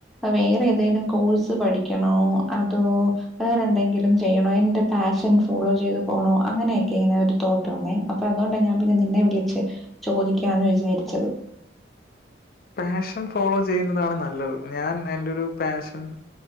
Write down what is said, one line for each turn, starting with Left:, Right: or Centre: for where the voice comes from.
Centre: വേറെ ഏതെങ്കിലും കോഴ്സ് പഠിക്കണോ അതോ വേറെ എന്തെങ്കിലും ചെയ്യണോ എന്റെ പാഷൻ ഫോളോ ചെയ്ത് പോണോ അങ്ങനെയൊക്കെ ഇങ്ങനെ ഒരു തോട്ട് വന്നേ അപ്പൊ അതുകൊണ്ട് ഞാൻ പിന്നെ നിന്നെ വിളച്ച് ചോദിക്കാന്ന് വിചാരിച്ചത്
Left: പാഷൻ ഫോളോ ചെയ്യുന്നതാണ് നല്ലത് ഞാൻ എന്റെ ഒരു പാഷൻ